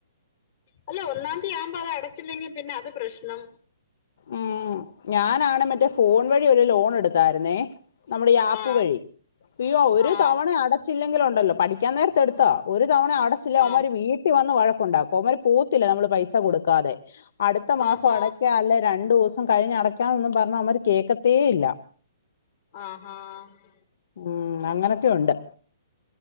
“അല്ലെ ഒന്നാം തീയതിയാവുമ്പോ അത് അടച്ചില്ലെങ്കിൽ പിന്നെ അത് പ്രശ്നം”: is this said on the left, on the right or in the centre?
Left